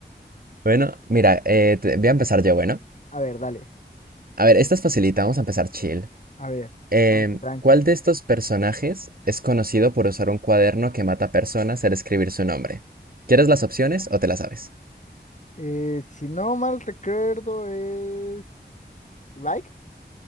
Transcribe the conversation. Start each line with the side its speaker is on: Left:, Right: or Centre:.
Right: Bueno, mira, eh, te- voy a empezar yo, bueno.
Left: A ver, dale.
Right: A ver, esta es facilita, vamos a empezar chill.
Left: A ver,
Right: Em,
Left: tranqui, tranqui.
Right: ¿cuál de estos personajes es conocido por usar un cuaderno que mata personas al escribir su nombre? ¿Quieres las opciones o te las sabes?
Left: Eh, si no mal recuerdo es... Liked.